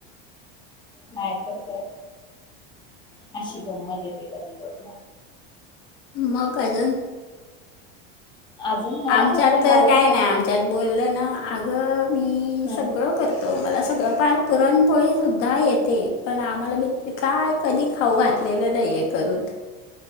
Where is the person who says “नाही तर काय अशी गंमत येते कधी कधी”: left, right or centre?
Left